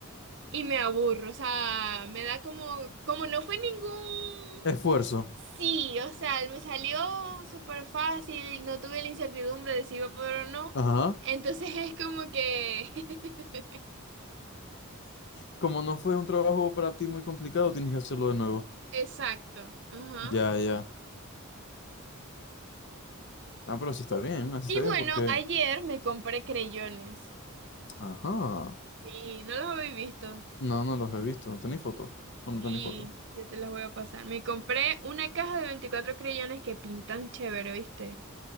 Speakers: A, on the right; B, on the left.
A: y me aburro, o sea, me da como, como no fue ningún...
B: Esfuerzo.
A: Sí, o sea, me salió súper fácil, no tuve la incertidumbre de si iba a poder o no.
B: Ajá.
A: Entonces <laughs> es como que... <laughs>
B: Como no fue un trabajo para ti muy complicado, tienes que hacerlo de nuevo.
A: Exacto. Ajá.
B: Ya, ya. Ah, pero sí está bien, así
A: Y
B: está
A: bueno,
B: bien porque...
A: ayer me compré creyones.
B: Ajá.
A: Sí, no los habéis visto.
B: No, no los he visto, no tenéis fotos. No, no
A: Sí,
B: tenéis fotos.
A: yo te los voy a pasar. Me compré una caja de 24 creyones que pintan chévere, ¿viste?